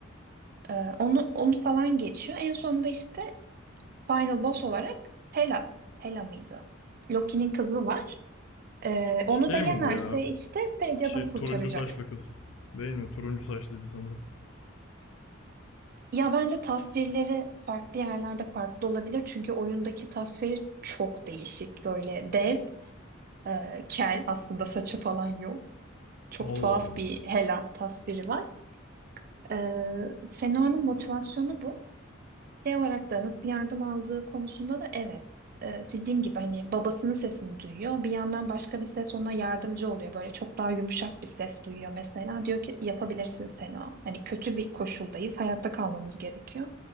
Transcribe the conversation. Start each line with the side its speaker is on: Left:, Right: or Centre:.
Right: Ee, onu onu falan geçiyor. En sonunda işte Final Boss olarak Hela. Hela mıydı? Loki'nin kızı var. Ee, onu
Left: Şey
Right: da yenerse
Left: mi bu ya?
Right: işte sevdiği
Left: Şey
Right: adamı
Left: turuncu
Right: kurtaracak.
Left: saçlı kız. Değil mi? Turuncu saçlıydı sanırım.
Right: Ya bence tasvirleri farklı yerlerde farklı olabilir. Çünkü oyundaki tasviri çok değişik. Böyle dev, e, kel aslında saçı falan yok. Çok
Left: Allah
Right: tuhaf
Left: Allah.
Right: bir Hela tasviri var. Ee, Senoa'nın motivasyonu bu. Şey olarak da nasıl yardım aldığı konusunda da evet. Ee, dediğim gibi hani babasının sesini duyuyor. Bir yandan başka bir ses ona yardımcı oluyor. Böyle çok daha yumuşak bir ses duyuyor mesela. Diyor ki yapabilirsin Sena. Hani kötü bir koşuldayız. Hayatta kalmamız gerekiyor.